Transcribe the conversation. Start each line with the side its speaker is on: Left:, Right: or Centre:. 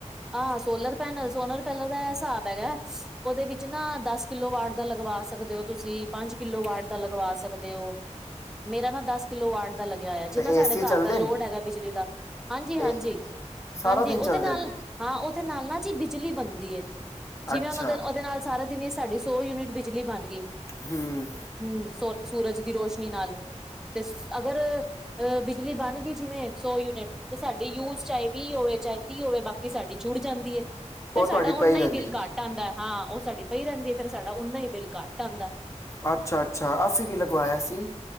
Centre: ਆਹ, ਸੋਲਰ ਪੈਨਲ, ਸੋਲਰ ਪੈਨਲ ਦਾ ਹਿਸਾਬ ਹੈਗਾ, ਉਹਦੇ ਵਿੱਚ ਨਾ ਦਸ ਕਿਲੋ ਵਾਟ ਦਾ ਲਗਵਾ ਸਕਦੇ ਹੋ, ਤੁਸੀਂ ਪੰਜ ਕਿਲੋ ਵਾਟ, ਦਾ ਲਗਵਾ ਸਕਦੇ ਹੋ ਮੇਰਾ ਨਾ, ਦਸ ਕਿੱਲੋ ਵਾਡ ਦਾ ਲੱਗਿਆ ਹੋਇਆ, ਜਿੰਨਾ
Left: ਤੇ ਏਸੀ
Centre: ਸਾਡੇ ਘਰ
Left: ਚੱਲਦੇ
Centre: ਦਾ,
Left: ਨੇ
Centre: ਲੋਡ ਹੈਗਾ ਬਿਜਲੀ ਦਾ, ਹਾਂਜੀ -ਹਾਂਜੀ
Left: ਇਹ ਸਾਰਾ
Centre: ਹਾਂਜੀ,
Left: ਦਿਨ
Centre: ਉਹਦੇ
Left: ਚੱਲਦੇ
Centre: ਨਾਲ
Left: ਨੇ
Centre: ਹਾਂ, ਉਹਦੇ ਨਾਲ ਨਾ ਜੀ ਬਿਜਲੀ ਬਣਦੀ ਏ,
Left: ਹੈ
Centre: ਜਿਵੇਂ
Left: ਅੱਛਾ
Centre: ਉਹ- ਉਹ ਉਹਦੇ ਨਾਲ ਸਾਰੇ ਜਿਵੇਂ ਸਾਡੀ, ਸੌ ਯੂਨਿਟ ਬਿਜਲੀ ਬਣ ਗਈ
Left: ਹਮ
Centre: ਹਮ, ਸੋ ਸੂਰਜ ਦੀ ਰੋਸ਼ਨੀ ਨਾਲ, ਤੇ ਅਗਰ ਅ ਬਿਜਲੀ, ਬਣ ਗਈ ਜਿਵੇਂ, ਸੌ ਯੂਨਿਟ ਤੇ ਸਾਡੀ ਯੂਜ ਚਾਹੇ ਵੀਹ ਹੋਵੇ, ਚਾਹੇ ਤੀਹ ਹੋਵੇ, ਬਾਕੀ ਸਾਡੀ ਜੁੜ ਜਾਂਦੀ ਏ, ਫੇਰ
Left: ਉਹ
Centre: ਸਾਡਾ
Left: ਤੁਹਾਡੀ
Centre: ਓਨਾ
Left: ਪਈ ਰਹਿੰਦੀ
Centre: ਹੀ ਬਿੱਲ ਘੱਟ ਘੱਟ ਆਉਂਦਾ ਹਾਂ, ਉਹ ਸਾਡੀ ਪਈ ਰਹਦੀ ਫਿਰ ਸਾਡਾ ਉਹਨਾ ਹੀ ਬਿੱਲ, ਘੱਟ ਆਉਂਦਾ
Left: ਅੱਛਾ- ਅੱਛਾ ਅਸੀਂ ਵੀ, ਲਗਵਾਇਆ ਸੀ।